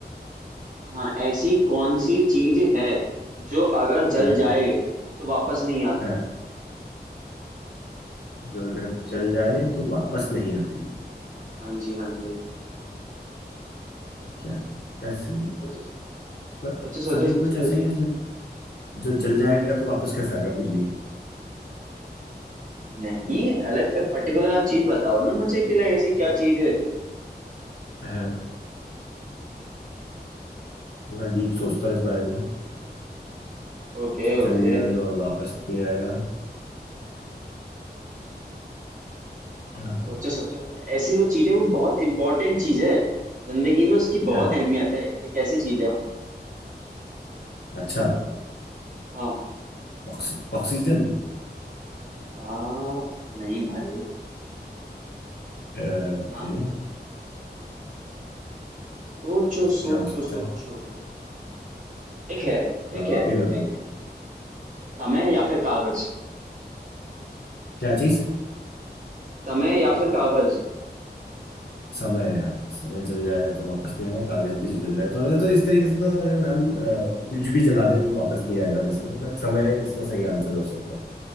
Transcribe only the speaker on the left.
हाँ
हाँ जो अगर चल जाए तो वापस नहीं आती
क्या ऐसी
मतलब
सभी
कुछ ऐसा
ही है सिर्फ जो जल जाएगा तो वापस कैसे आएगा कुछ भी
हाँ थोड़ा डीप सोचता हूँ इस बारे में
जो चल
गया है और वापस भी आएगा अम,
है
अच्छा
ऑक्स, ऑक्सीजन
ओके
तो
क्या हो सकता
है
अब
आप ही बताओ
क्या चीज
समय है हाँ समय जल जाएगा तो वापस नहीं आएगा कागज भी जल जाएगा तो, तो इस तरीके से तो अगर हम अ, कुछ भी जला दें वो वापस नहीं आएगा वैसे तो बट समय इसका सही आंसर हो सकता है